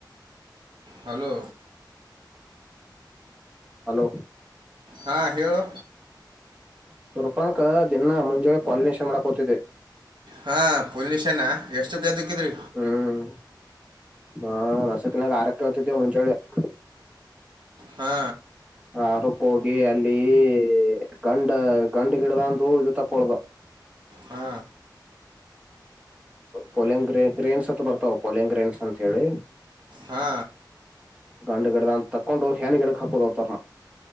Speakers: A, on the right (about 80°); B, on the right (about 15°).
A: ಹಲೋ
B: ಹಲೋ
A: ಹಾಂ ಹೇಳು
B: ಸವಲ್ಪಾನಕ ದಿನ ಮುಂಜಳೆ ಪಾಲಿನೇಷನ್ ಮಾಡಕ್ತಿದ್ದಿದೆ
A: ಹಾ ಪುಲ್ ನಿಶನಾ ಎಷ್ಟು ಗ್ದ ಕಿದರೆ
B: ಹ್ಮ್ ಹಾ ನಸಕನಾಗ ಆರಕ್ಕೆ ಹಂಚಳ <unintelligible>
A: ಹಾ
B: ಹ ಅರಪ ಹೋಗಿ ಅಲ್ಲಿ ಗಂಡ ಗಂಡ ಗಿಡದಂದು ಇದು ತಕ್ಕೊಳ್ದ
A: ಹಾ
B: ಪೋಲಂಗ್ ಗ್ರ ಗ್ರೇನ್ಸ್ ಹತ್ರ ಬರ್ತಾವ ಪೋಲಿಂಗ್ ಗ್ರೇನ್ಸ್ ಅಂತ ಹೇಳಿ
A: ಹಾ
B: ಗಾಂಡು ಗಿಡದ ಅಂತ ತಕೊಂಡು ಹೆೇನ್ ಗಿಡಕ್ ಹಾಕೋದತಾರನ